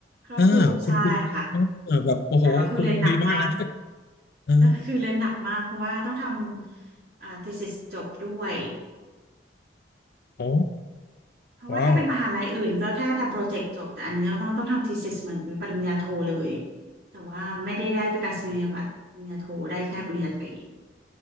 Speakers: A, on the right; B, on the left.
A: ครอบคลุมใช่ค่ะ
B: เออคุณคุณเออแบบโอ้โหคุณดีมากนะ
A: แต่ก็คือเรียนหนักมาก
B: เออ
A: แต่มันคือเรียนหนักมากเพราะว่าต้องทำอ่า thesis จบด้วย
B: โอ้
A: เพราะว่าถ้าเป็นมหาลัยอื่นก็แค่ทำโปรเจกต์จบแต่อันนี้เราต้องต้องทำ
B: ว้าว
A: thesis เหมือนปริญญาโทเลยแต่ว่าไม่ได้ได้ประกาศนียบัตรปริญญาโทได้แค่ปริญญาตรี